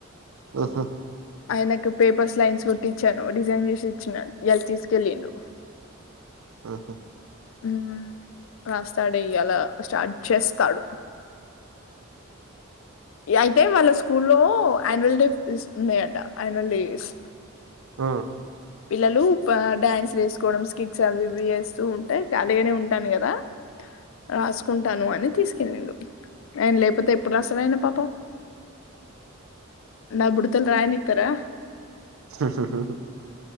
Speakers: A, on the right; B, on the left.
A: ఉహు
B: ఆయనకు పేపర్స్ లైన్స్ కుట్టి ఇచ్చాను డిజైన్ చేసి ఇచ్చినను ఇయలా తీసుకెళ్లిండు.
A: ఊహు
B: ఉ రాస్తాడు ఇయల స్టార్ట్ చేస్తాడు. అయితే వాళ్ళ స్కూల్లో ఆన్యువల్ డే ఉన్నాయట. ఆన్యువల్ డేస్
A: ఉ
B: పిల్లలు డ్యాన్స్ లు వేసుకోవడం, స్కిట్స్ అవి ఇవి వేస్తూ ఉంటే ఖాలిగానే ఉంటాను కదా. రాసుకుంటాను అని తీసుకెళ్ళిండు. ఆయన లేకపోతే ఎప్పుడు రాసారు ఆయన పాప్ పొ నా బుడతల్ రాయని ఇతారా.
A: ఉహ్ ఉహు